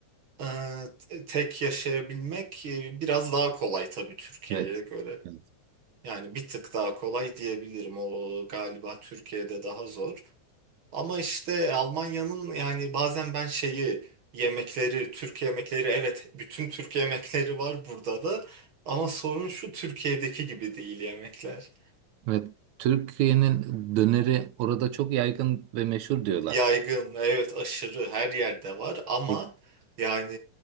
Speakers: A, on the right; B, on the right.
A: e, tek yaşayabilmek e, biraz daha kolay tabii Türkiye'ye
B: Evet.
A: göre.
B: Evet.
A: Yani bir tık daha kolay diyebilirim. O galiba Türkiye'de daha zor. Ama işte Almanya'nın yani bazen ben şeyi yemekleri, Türk yemekleri evet bütün Türk yemekleri var burada da. Ama sorun şu Türkiye'deki gibi değil yemekler.
B: Evet. Türkiye'nin döneri orada çok yaygın ve meşhur diyorlar.
A: Yaygın, evet aşırı her yerde var ama
B: De-
A: yani